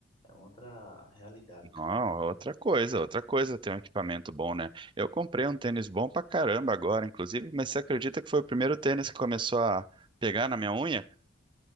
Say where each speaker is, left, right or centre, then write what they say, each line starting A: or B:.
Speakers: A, on the left; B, on the right.
A: é outra realidade, cara.
B: Não, outra coisa, outra coisa ter um equipamento bom, né? Eu comprei um tênis bom pra caramba agora, inclusive, mas você acredita que foi o primeiro tênis que começou a pegar na minha unha?